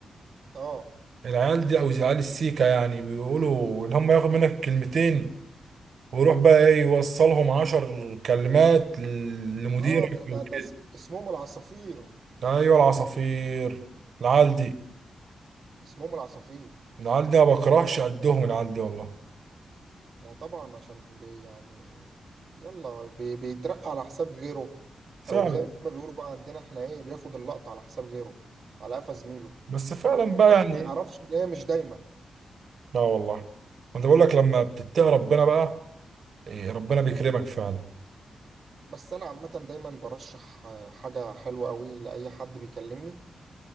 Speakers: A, on the right; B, on the right.
A: اه
B: العيال دي او عيال السيكا يعني بيقولوا اللي هم ياخد منك كلمتين ويروح بقى ايه يوصلهم عشر كلمات ل- لمديرك
A: اه ده
B: او
A: ده
B: كده
A: ده اسم- اسمهم العصافير
B: ايوه العصافير العيال دي
A: اسمهم العصافير
B: العيال دي ما بكرهش قدهم العيال دي والله
A: ما هو طبعا عشان بي يعني يلا بي بيترقى على حساب غيره
B: فعلا
A: او زي ما بيقولوا بقى عندنا احنا ايه بياخد اللقطة على حساب غيره على قفا زميله
B: بس فعلا بقى
A: ما,
B: يعني
A: ما يعرفش ان هي مش دايما
B: لا والله انا بقول لك لما بتتقي ربنا بقى إيه ربنا بيكرمك فعلا
A: بس انا عامة دايما برشح آه، حاجة حلوة قوي لأي حد بيكلمني